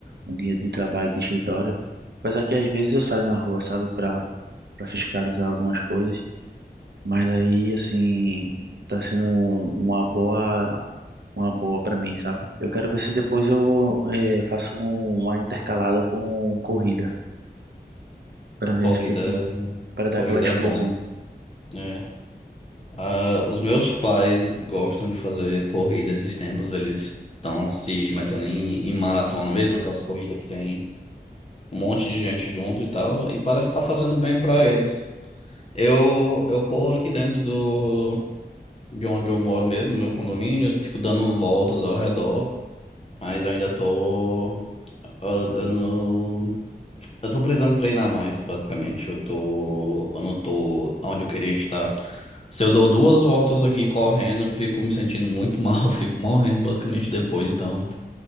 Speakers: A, on the right (about 85°); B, on the left (about 40°).
A: um dia de trabalho de escritório. Apesar que às vezes eu saio na rua, sabe, para para fiscalizar algumas coisas. Mas aí, assim, tá sendo um- uma boa, uma boa para mim, sabe? Eu quero ver se depois eu eh, faço um, uma intercalada com corrida para ver
B: Corrida,
A: se porque para dar
B: corrida
A: aquela explosão.
B: é bom. É. Ah, os meus pais gostam de fazer corrida esses tempos, eles estão se metendo em, em maratona mesmo, aquelas corridas que tem um monte de gente junto e tal, e parece estar fazendo bem para eles. Eu, eu corro aqui dentro do, de onde eu moro mesmo, no meu condomínio, eu fico dando voltas ao redor, mas ainda tô. Eu, eu não. Eu tô precisando treinar mais, basicamente. Eu tô, eu não tô onde eu queria estar. Se eu dou duas voltas aqui correndo, eu fico me sentindo muito mal, <laughs> eu fico morrendo basicamente depois, então